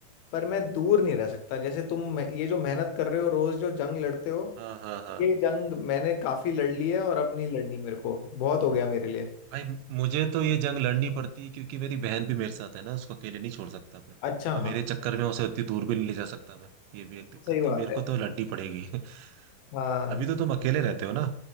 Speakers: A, on the left; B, on the right.
A: पर मैं दूर नहीं रह सकता जैसे तुम मे- ये जो मेहनत कर रहे हो रोज जो जंग लड़ते हो
B: हाँ हाँ हाँ
A: ये जंग मैंने काफी लड़ ली है और अब नहीं लड़नी मेरे को बहुत हो गया मेरे लिए
B: भाई मुझे तो ये जंग लड़नी पड़ती है क्योंकि मेरी बहन भी मेरे साथ है ना उसको अकेले नहीं छोड़ सकता मैं
A: अच्छा
B: और मेरे
A: हाँ
B: चक्कर में उसे उतनी दूर भी नहीं ले जा सकता मैं ये भी एक दिक्कत
A: सही बात
B: तो मेरे
A: है
B: को तो लड़नी पड़ेगी <laughs>
A: हाँ
B: अभी तो तुम अकेले रहते हो ना